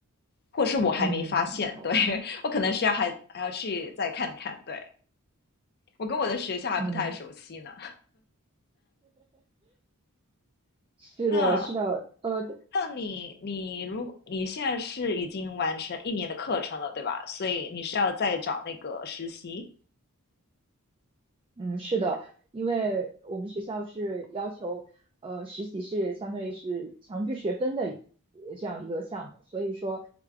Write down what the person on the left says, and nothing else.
或者是我还没发现，
对，<laughs> 我可能需要还还要去再看看。对，我跟我的学校还不太熟悉呢。
那
那你你如你现在是已经完成一年的课程了，对吧？所以你是要再找那个实习。